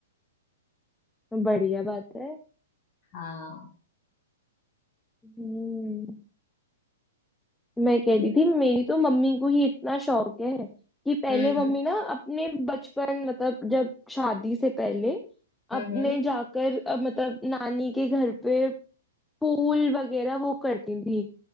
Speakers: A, in the centre; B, on the left.
A: बढ़िया बात है
B: हाँ
A: हम्म मैं कह
B: हम्म
A: रही थी मेरी तो मम्मी को ही इतना शौक है कि पहले
B: हम्म
A: मम्मी ना अपने बचपन मतलब जब शादी से पहले
B: हम्म
A: अपने
B: हम्म,
A: जाकर अ, मतलब नानी के घर पे पूल वगैरह वो करती थी